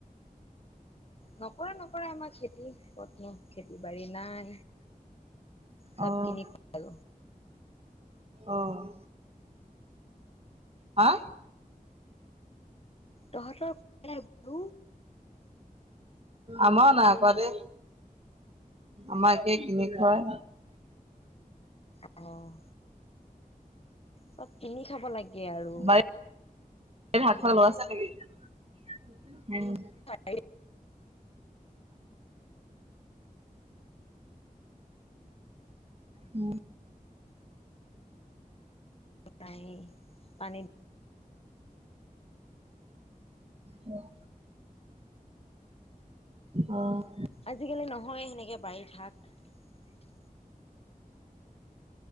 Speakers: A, on the left (about 40°); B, on the right (about 45°).
A: নকৰা নকৰা আমাৰ খেতি কতনো খেতি বাাৰী নাই চব
B: অ',
A: কিনি খাল
B: অ', হা
A: তহঁতৰ বু
B: আমাৰ নাই কোৱা দে। আমাৰ একেই কিনি খয়।
A: অ',। চব কিনি খাব লাগে আৰু।
B: বাৰীত <unintelligible>
A: হয়।
B: উ।
A: ন পানী।
B: অ',। অ',।
A: আজিকালি নহয় সেনেকে বাৰিত শাক।